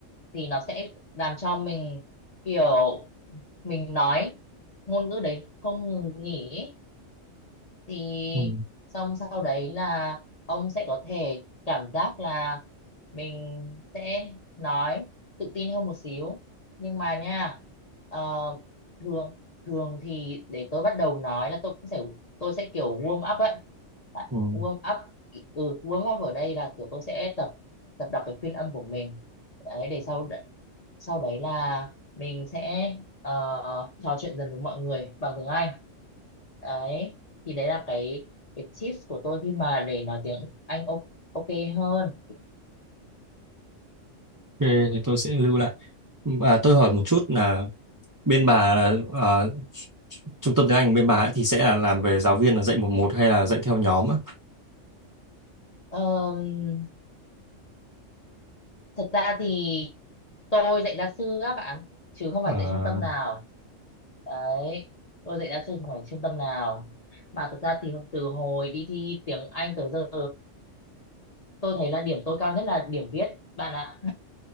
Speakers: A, on the left (about 35°); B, on the right (about 25°).
A: thì nó sẽ làm cho mình kiểu mình nói ngôn ngữ đấy không ngừng nghỉ ý thì
B: ừ.
A: xong sau đấy là ông sẽ có thể cảm giác là mình sẽ nói tự tin hơn một xíu nhưng mà nha ờ, thường thường thì để tôi bắt đầu nói là tôi cũng sẽ tôi sẽ kiểu warm up ấy Tại-
B: Ừ. Ok,
A: warm up ừ warm up ở đây là kiểu tôi sẽ tập tập đọc cái phiên âm của mình đấy để sau đ- sau đấy là mình sẽ ờ, trò chuyện dần với mọi người bằng tiếng Anh đấy thì đấy là cái cái tips của tôi khi mà để nói tiếng Anh ok, ok hơn
B: thì tôi sẽ lưu lại à, tôi hỏi một chút là bên bà là ờ, trung tâm tiếng Anh bên bà ấy thì sẽ là làm về giáo viên là dạy một một hay là dạy theo nhóm á?
A: Ờm, thật ra thì tôi dạy gia sư á bạn chứ không
B: À,
A: phải dạy trung tâm nào đấy tôi dạy gia sư chứ không phải trung tâm nào mà thật ra thì từ hồi đi thi tiếng Anh tới giờ tôi thấy là điểm tôi cao nhất là điểm viết bạn ạ